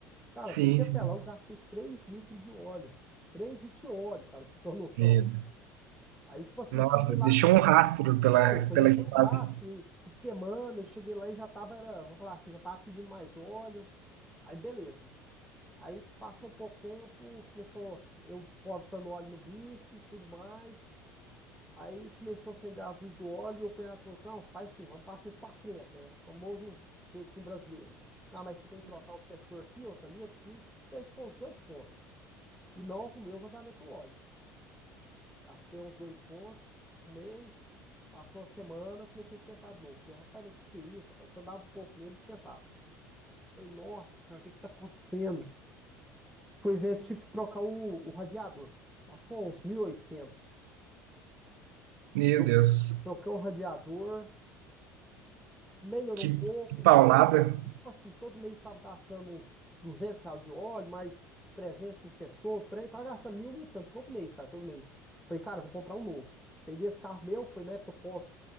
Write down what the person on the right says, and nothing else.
Sim,
sim.
Meu Deus.
Nossa,
deixou um rastro pela,
pela
estrada.
Meu
Deus,
que,
que paulada.